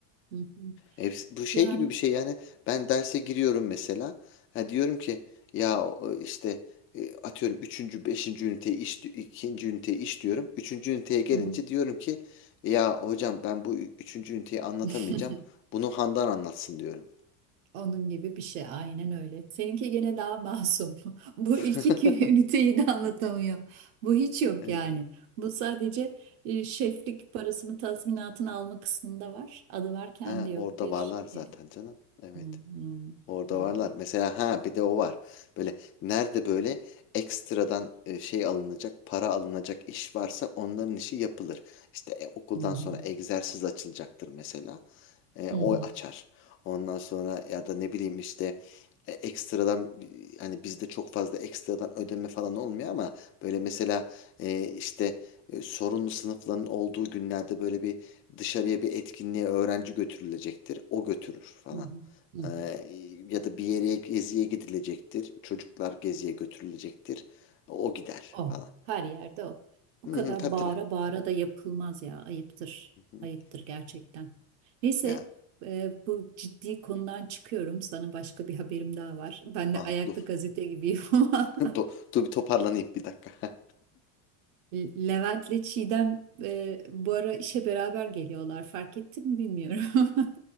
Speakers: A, on the right (about 75°); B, on the left (about 30°).
A: Hı hı.
B: Hepsi- bu şey
A: Yani
B: gibi bir şey yani ben derse giriyorum mesela ha diyorum ki ya o- işte e, atıyorum üçüncü beşinci üniteye iş di- ikinci üniteye iş diyorum. üçüncü üniteye gelince
A: hı hı.
B: diyorum ki ya hocam ben bu üçüncü üniteyi anlatamayacağım.
A: <laughs>
B: Bunu Handan anlatsın diyorum.
A: Onun gibi bir şey aynen öyle. Seninki gene daha masum. <laughs> Bu
B: <laughs>
A: ilk iki <laughs> üniteyi de anlatamıyor. Bu hiç yok
B: Evet.
A: yani. Bu sadece e, şeflik parasını tazminatını alma kısmında var. Adı var kendi
B: Ha
A: yok
B: orada
A: bir.
B: varlar zaten
A: e,
B: canım. Evet.
A: Hı hı.
B: Orada
A: Vallahi.
B: varlar. Mesela ha bir de o var. Böyle nerede böyle ekstradan e, şey alınacak, para alınacak iş varsa onların işi yapılır. İşte e, okuldan
A: Hı hı.
B: sonra egzersiz açılacaktır mesela. E,
A: Hı
B: o
A: hı.
B: açar. Ondan sonra ya da ne bileyim işte e, ekstradan e, hani bizde çok fazla ekstradan ödeme falan olmuyor ama böyle mesela e, işte e, sorunlu sınıfların olduğu günlerde böyle bir dışarıya bir etkinliğe öğrenci götürülecektir. O götürür falan.
A: Hı hı. Hı hı.
B: Ee, ya da bir yere geziye gidilecektir. Çocuklar geziye götürülecektir. O gider
A: O.
B: falan.
A: Her yerde o. Bu
B: Hı
A: kadar
B: hı, tabii
A: bağıra
B: tabii.
A: bağıra da yapılmaz ya. Ayıptır.
B: Hı hı.
A: Ayıptır gerçekten. Neyse
B: Ya.
A: e, bu ciddi konudan çıkıyorum. Sana başka bir haberim daha var. Ben
B: Aha
A: de ayaklı
B: dur.
A: gazete gibiyim <laughs> ama.
B: <laughs> To- Dur bir toparlanayım bir dakika.
A: Le- Levent'le Çiğdem e, bu ara işe beraber geliyorlar. Fark ettin mi bilmiyorum. <laughs>